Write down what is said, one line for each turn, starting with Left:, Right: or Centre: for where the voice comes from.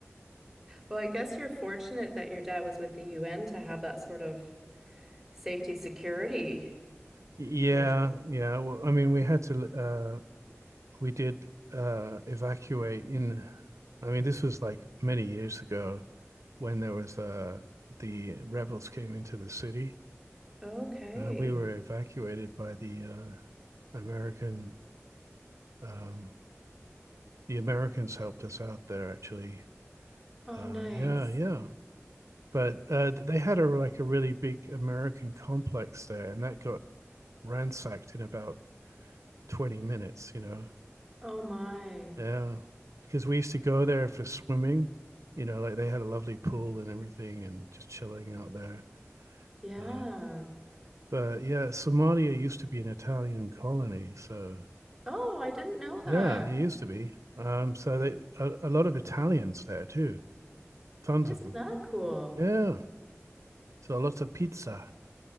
Centre: Well, I guess you're fortunate that your dad was with the UN to have that sort of safety security
Right: Yeah,
Centre: measure.
Right: yeah. Well, I mean, we had to, uh, we did uh, evacuate in. I mean, this was like many years ago when there was uh, the rebels came into the city.
Centre: Okay.
Right: Uh, we were evacuated by the uh, American. Um, the Americans helped us out there, actually.
Centre: Oh,
Right: Uh,
Centre: nice.
Right: yeah, yeah. But uh, they had a like a really big American complex there, and that got ransacked in about twenty minutes. You know,
Centre: Oh my.
Right: yeah, because we used to go there for swimming. You know, like they had a lovely pool and everything, and just chilling out there.
Centre: Yeah.
Right: Uh, But yeah, Somalia used to be an Italian colony, so
Centre: Oh, I didn't know that.
Right: yeah, it used to be. Um, so they a, a lot of Italians there too, tons
Centre: Isn't
Right: of them.
Centre: that cool?
Right: Yeah, so lots of pizza.